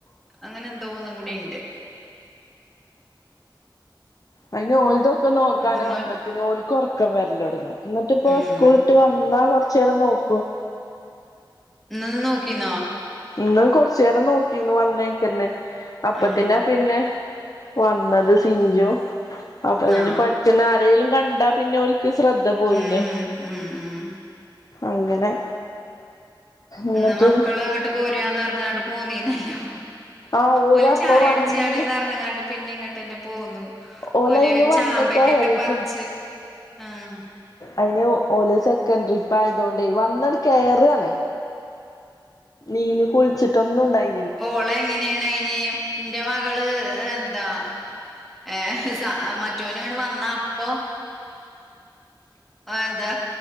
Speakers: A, in the centre; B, on the left (about 45°).
A: അങ്ങനെന്തോ ഒന്നും കൂടിണ്ട്
B: അതിന് ഓലതൊക്കെ നോക്കാനാവുമ്പത്തന്
A: അത് നിങ്ങൾ
B: ഓൽക്ക് ഒറക്കം വരല് തുടങ്ങും. എന്നിട്ട് പ്പ
A: ഉം
B: സ്കൂളിട്ട് വന്നാ കൊറച്ചേരം നോക്കും.
A: ന്ന് നോക്കീന്നോ
B: ഇന്ന് കൊറച്ചേരം നോക്കിന്ന് വന്നേക്കന്നെ അപ്പത്തിനാ
A: ഏഹ്.
B: പിന്നെ വന്നത് സിഞ്ചു അപ്പൊ അതിന്
A: ആഹ്.
B: പഠിച്ചുന്ന ആരെലും കണ്ടാ പിന്നെ ഓൽ ക്ക് ശ്രദ്ധ പോയില്ലേ
A: ഉം. ഉം. ഉം.
B: അങ്ങനെ എന്നിട്ട്
A: ഇന്ന് മക്കള് അങ്ങോട്ട് പോര് ആന്ന് പറഞ്ഞങ്ങാട്ട് പോന്നീനല്ലോ.
B: ആ ഓരപ്പ
A: ഓല് ചായടിച്ചാണ്
B: വന്ന്
A: പർണങ്ങാണ്ട് പിന്നെ എങ്ങോട്ട് തന്നെ പോന്നു.
B: ഓലയിന്
A: ഓല്
B: വന്ന്
A: ചാമ്പക്കൊക്കെ
B: കയറിട്ടൊള്ളു
A: പറിച്ച് ആഹ്
B: അയിന് ഓല് സെക്കൻഡറി ഇപ്പായതൊണ്ടേ വന്നങ്ങട് കേറ്കാണ്. നീന് കുളിച്ചിട്ടൊന്നുംണ്ടായി
A: ഓള് എങ്ങനേണ്. മെ ഇന്റെ മകള് എന്താ ഏഹ് സ മ മറ്റോന്ട് വന്ന അപ്പൊ ആഹ് എന്താ